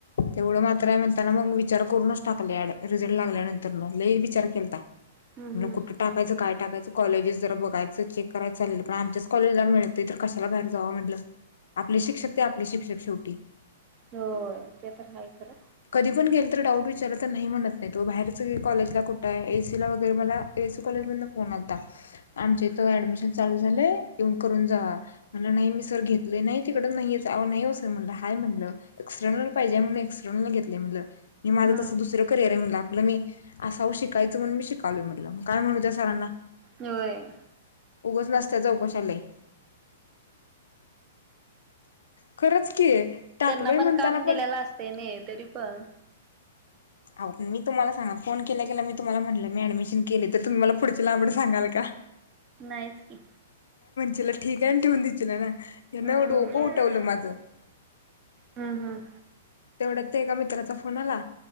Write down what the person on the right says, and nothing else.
हम्म
हम्म
हो ते तर हाय खरं.
हम्म
होय
त्यांना पण
काम दिलेला असते नाही तरी पण
नाहीच की
हम्म.
हम्म हम्म